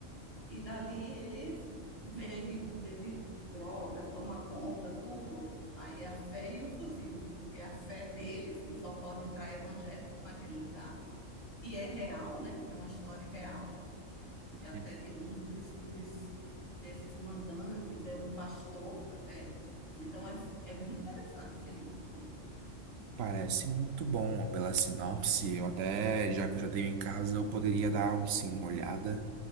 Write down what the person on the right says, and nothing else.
Uhum.
Parece muito bom pela sinopse. Eu até, já que eu já tenho em casa, eu poderia dar um sim, uma olhada.